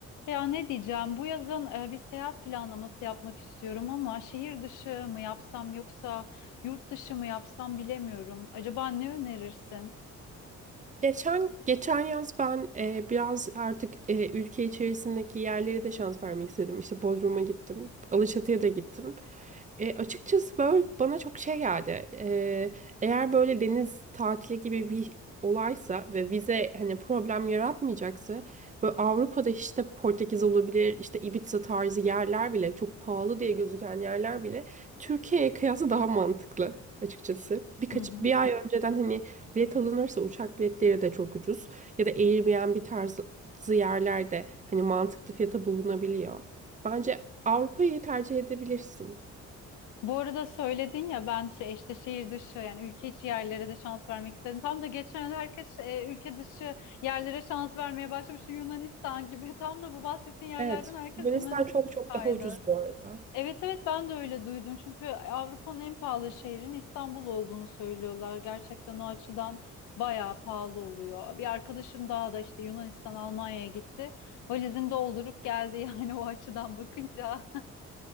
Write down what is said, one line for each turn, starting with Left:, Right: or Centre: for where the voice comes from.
Left: Ya ne diyeceğim? Bu yazın e, bir seyahat planlaması yapmak istiyorum ama şehir dışı mı yapsam yoksa yurt dışı mı yapsam bilemiyorum. Acaba ne önerirsin?
Right: Geçen geçen yaz ben e, biraz artık e, ülke içerisindeki yerlere de şans vermek istedim. İşte Bodrum'a gittim, Alaçatı'ya da gittim. E, açıkçası böyle bana çok şey geldi. E, eğer böyle deniz tatili gibi bir olaysa ve vize hani problem yaratmayacaksa böyle Avrupa'da işte Portekiz olabilir, işte Ibiza tarzı yerler bile çok pahalı diye gözüken yerler bile Türkiye'ye kıyasla daha mantıklı açıkçası. Birkaç
Left: Hı hı.
Right: bir ay önceden hani Bilet alınırsa uçak biletleri de çok ucuz. Ya da Airbnb tarzı yerlerde hani mantıklı fiyata bulunabiliyor. Bence Avrupa'yı tercih edebilirsin.
Left: Bu arada söyledin ya ben şey işte şehir dışı yani ülke içi yerlere de şans vermek istedim. Tam da geçen herkes e, ülke dışı yerlere şans vermeye başlamış Yunanistan gibi. Tam da bu bahsettiğin yerlerden
Right: Evet.
Left: herkes
Right: Yunanistan
Left: Yunanistan'a
Right: çok çok
Left: kaydı.
Right: daha ucuz bu arada.
Left: Evet evet ben de öyle duydum. Çünkü Avrupa'nın en pahalı şehrin İstanbul olduğunu söylüyorlar. Gerçekten o açıdan bayağı pahalı oluyor. Bir arkadaşım daha da işte Yunanistan, Almanya'ya gitti. Valizini doldurup geldi yani <laughs> o açıdan bakınca. <laughs>